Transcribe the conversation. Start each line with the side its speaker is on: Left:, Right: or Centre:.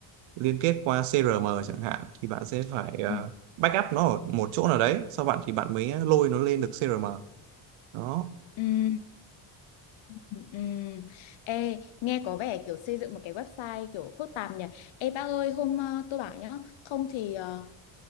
Right: liên kết qua CRM chẳng hạn thì bạn sẽ phải à,
Left: ừ
Right: backup nó ở một chỗ nào đấy sau bạn thì bạn mới lôi nó lên được CRM đó
Left: ừ ừ ừ. Ê, nghe có vẻ kiểu xây dựng một cái website kiểu phức tạp nhỉ. Ê bác ơi, hôm ờ, tôi bảo nhá, không thì ờ,